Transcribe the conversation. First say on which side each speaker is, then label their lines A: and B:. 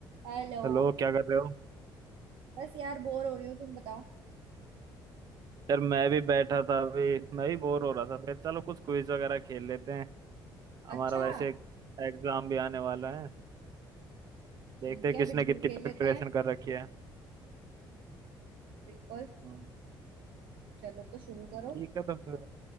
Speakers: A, on the right; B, on the right.
A: Hello
B: Hello क्या कर रहे हो
A: बस यार bore हो रही हूँ तुम बताओ
B: यार मैं भी बैठा था अभी मैं भी बोर हो रहा था फिर चलो कुछ क्विज वगैरह खेल लेते हैं हमारा
A: अच्छा
B: वैसे एग्जाम भी आने वाला है
A: ठीक
B: देखते हैं
A: है
B: किसने
A: बिल्कुल
B: कितनी
A: खेल लेते
B: प्रिपरेशन
A: हैं
B: कर रखी है
A: बिल्कुल
B: हम्म,
A: चलो तो शुरू करो
B: ठीक है तो फिर